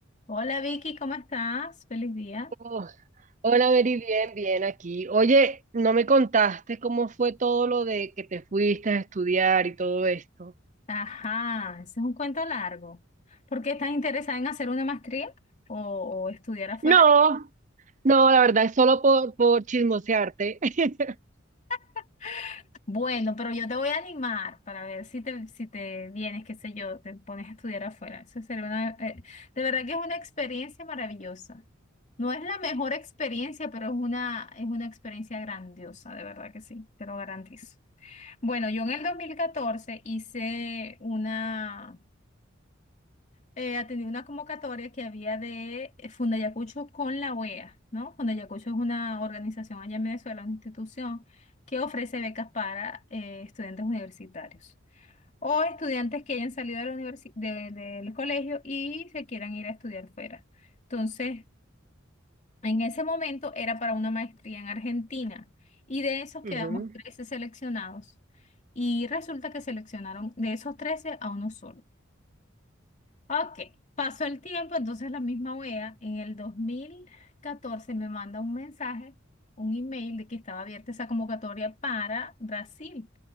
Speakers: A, on the left (about 35°); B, on the right (about 35°).
A: Hola Vicky, ¿cómo estás? Feliz día.
B: Oh, hola, Mary, bien, bien aquí. Oye, ¿no me contaste cómo fue todo lo de que te fuiste a estudiar y todo esto?
A: Ajá, ese es un cuento largo. ¿Por qué estás interesada en hacer una maestría o, o estudiar afuera?
B: No, No, la verdad es solo por, por chismosearte. <laughs>
A: <laughs> Bueno, pero yo te voy a animar para ver si te, si te vienes, qué sé yo, te pones a estudiar afuera. Eso sería una, eh, de verdad que es una experiencia maravillosa. No es la mejor experiencia, pero es una, es una experiencia grandiosa, de verdad que sí, te lo garantizo. Bueno, yo en el 2014 hice una... eh, atendí una convocatoria que había de eh, Fundayacucho con la OEA, ¿no? Fundayacucho es una organización allá en Venezuela, una institución que ofrece becas para eh, estudiantes universitarios o estudiantes que hayan salido de la universi- de- del colegio y se quieran ir a estudiar fuera. Entonces, en ese momento era para una maestría en Argentina y de esos quedamos
B: Ujú,
A: 13 seleccionados y resulta que seleccionaron de esos 13 a uno solo. Ok, pasó el tiempo, entonces la misma OEA en el 2014 me manda un mensaje, un email de que estaba abierta esa convocatoria para Brasil.